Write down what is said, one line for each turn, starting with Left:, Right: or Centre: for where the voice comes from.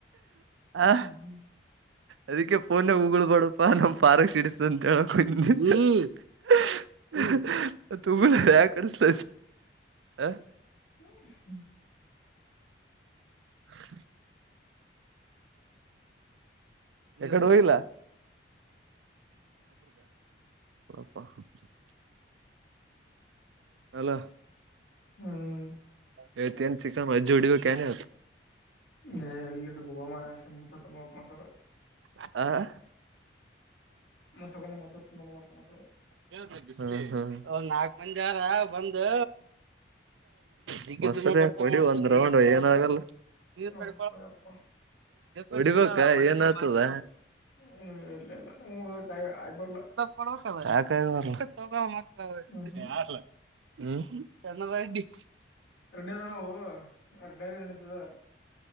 Right: ಹಾ.
Left: ಹ್ಮ್
Right: ಅದಕ್ಕೆ ಫೋನ ಉಗುಳ್ ಬಡಪ್ಪ ನಮ್ ಫಾರಕ್ಸ್ ಸಿಡಸಿ. ಸಂಂತಳ ಕು <unintelligible> ತುಂಬಳ ಯ ಕಡ್ಸತ ಅ <unintelligible>
Left: ಹ್ಮ್ ಹ್ಮ
Right: ಹ <inaudible> ಯಕಡೆ
Left: ಹ್ಮ್
Right: ಹೋಗಲ್ಲ ಶಪ <unintelligible> ಹಲೋ
Left: ಹ್ಮ್
Right: ಈವತ್ ಏನ್ ಚಿಕನ ವಜ್ಜಿ ವಾಡಿಬೇಕ್ ಏನ್.
Left: ಎಲ್ಲಿಡ್ಡು ಹೋಮಾರ ಸಸ ಹೋಗ ಮಸರ್.
Right: ಹ
Left: ಮೊಸೊಂಡ ಮೊರ್ ನೋಡಬೇಕ ಮೊಸರ್.
Right: ಹಾ ಹಾ ಒಂದು ನಾಲ್ಕ್ ಮಂದಿ ಯಾರ ಬಂದು. ರಿ ಕೊಡಿ ಒಂದ್ ರೌಂಡ್ ಹೊಡಿ ಏನಾಗಲ್ಲ. ನೀವಕಳ
Left: ನೋಡ್ಲಪ್ಪ ಯಪ್ಪ
Right: ಹೊಡಿಬೇಕ ಏನ್ ಆತದ.
Left: ಹ್ಮ ಇಲ್ಲ ಇಲ್ಲ ನ್ ಯಾಕ್ ಆಗ್ಬರ್ಲ್ಲ.
Right: ಕಡಕಲ್ಲ ತ <unintelligible>
Left: ಹ್ಮ್ ಹ್ಮ್
Right: ಹ್ಮ್ ಚನ್ನ ಬಿ <unintelligible>
Left: ರೆಡ್ಡರು ನಾವು ರರಡ್ಡ್ಯ್ರ ನಡಿತದ